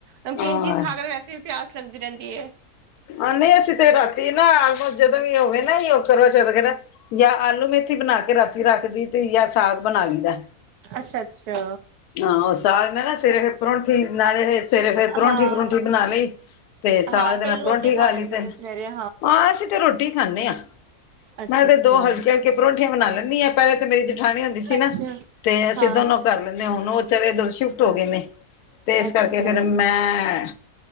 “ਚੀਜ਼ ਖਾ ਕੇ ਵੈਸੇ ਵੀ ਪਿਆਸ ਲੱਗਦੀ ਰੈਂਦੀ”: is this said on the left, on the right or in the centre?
Right